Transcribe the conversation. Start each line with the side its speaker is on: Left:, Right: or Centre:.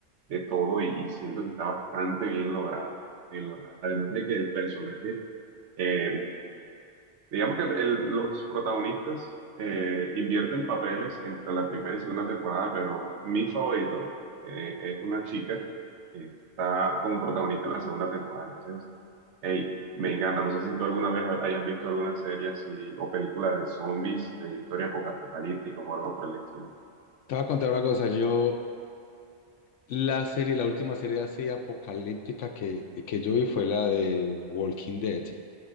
Right: de todo y, y siento que está bastante bien lograda, bien lograda. Además de que el personaje, eh, digamos que el- los protagonistas eh, invierten papeles entre la primera y segunda temporada, pero mi favorito eh, es una chica que está como protagonista en la segunda temporada. Entonces, hey, me encanta. No sé si tú alguna vez hayas visto alguna serie así o película de zombies, de historia poca- apocalíptica o algo por el estilo.
Left: voy a contar una cosa. Yo La serie, la última serie así apocalíptica que, que yo vi fue la de Walking Dead,